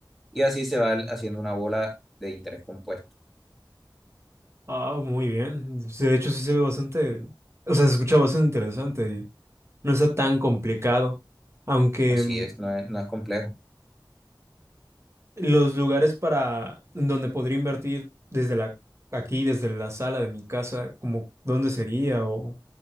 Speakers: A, in the centre; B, on the right.
A: Y así se va haciendo una bola de interés compuesto.
B: Ah, muy bien. Sí, De hecho, sí se ve bastante, o sea, se escucha bastante interesante y no está tan complicado, aunque
A: Así
B: mm,
A: es, no es, no es complejo.
B: los lugares para en donde podría invertir desde la aquí, desde la sala de mi casa, como dónde sería o,